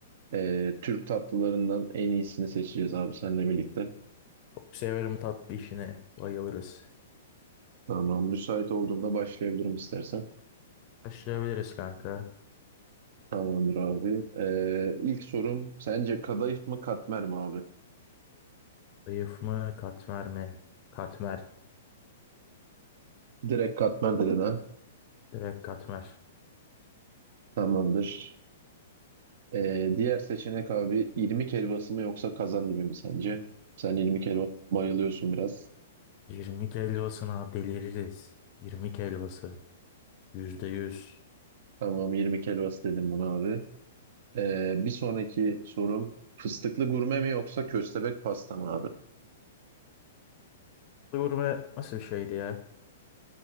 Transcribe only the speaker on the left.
Çok severim tatlı işini. Bayılırız.
Başlayabiliriz kanka.
Zayıf mı katmer mi? Katmer.
Direkt katmer.
20 helvasına deliririz. 20 helvası. yüzde yüz.
Gurme nasıl bir şeydi ya?